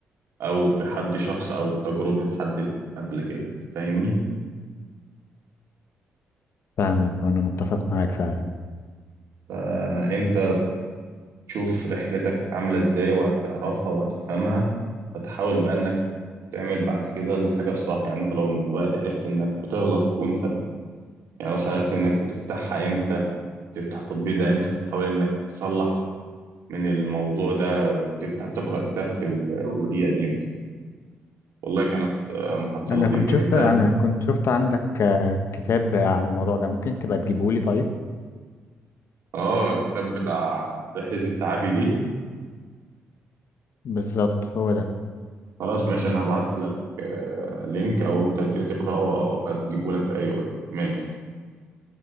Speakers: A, on the right (about 75°); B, on the left (about 65°).
A: او بحد شخص او بتجربه حد قبل كده انت فاهمني
B: فاهمك وانا متفق معاك فعلا
A: فانت تشوف رحلتك كانت عاملة ازاي وهتعرفها وهتفهمها فتحاول بقى انك تعمل بعد كده الحاجة الصح يعني انت لو دلوقتي عرفت انك بتغلط وانت يعني مثلا عرفت انك بتفتحها امتى بتفتح التطبيق ده امتى فتحاول انك تصلح من الموضوع ده تفتح تقرأ كتاب في ال- في الدقيقة دي مثلا والله كانت آه، محادثة
B: انا
A: لطيفة
B: كنت شفت
A: جدا
B: انا كنت شفت عندك آه، كتاب عن الموضوع ده ممكن تبقى تجيبه لي طيب
A: اه الكتاب بتاع رحلة التعافي دي
B: بالظبط هو ده
A: خلاص ماشي انا هبعت لك آه، لينك او انت بتقرأه او أبقى تجيبه لك في اي وقت ماشي